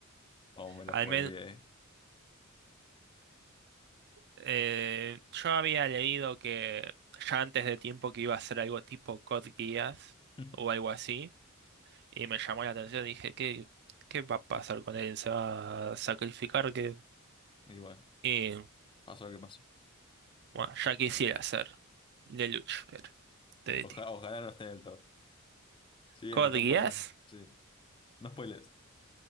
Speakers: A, on the left (about 25°); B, on the right (about 50°).
A: O me lo
B: al
A: spoileé.
B: menos eh, yo había leído que ya antes de tiempo que iba a ser algo tipo Code Geass
A: <laughs>
B: o algo así, y me llamó la atención. Dije, ¿qué, qué va a pasar con él? ¿Se va a sacrificar? ¿Qué?
A: Igual,
B: Y
A: pasó lo que pasó.
B: bueno, ya quisiera ser Lelouch, era, de DT.
A: Oja- ojalá no esté en el top. Siguiente,
B: ¿Codías?
A: top cuatro Sí. No spoilers.